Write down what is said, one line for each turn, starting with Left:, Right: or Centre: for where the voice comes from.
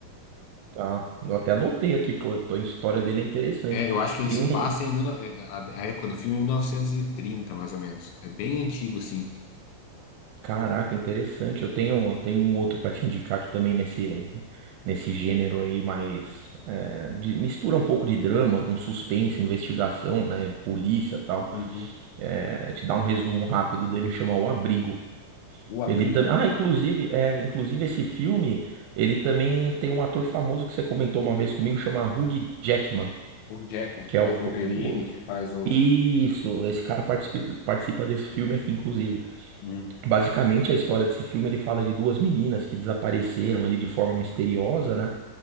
Right: Tá. Eu até anotei aqui, pô. tô- A história dele é interessante.
Left: É, eu acho que ele
Right: Tem
Left: se
Right: um.
Left: passa em mil, eh, a, a época do filme é 1930 mais ou menos. É bem antigo, assim.
Right: Caraca, interessante. Eu tenho, tenho um outro para te indicar aqui também nesse, nesse gênero aí, mas é, de- mistura um pouco de drama com suspense, investigação, né? Polícia e tal.
Left: Uhum.
Right: É, te dar um resumo rápido dele, chama O Abrigo.
Left: O Abrigo.
Right: Ele também. Ah, inclusive, é, inclusive esse filme, ele também tem um ator famoso que você comentou uma vez comigo, chama Hugh Jackman,
Left: O Jackman,
Right: que
Left: que
Right: é
Left: faz
Right: o...
Left: o Wolverine,
Right: o-
Left: que faz o.
Right: Isso, esse cara participa, participa desse filme aqui, inclusive.
Left: Hum,
Right: Basicamente, a história desse filme, ele fala de duas meninas que desapareceram ali de forma misteriosa, né?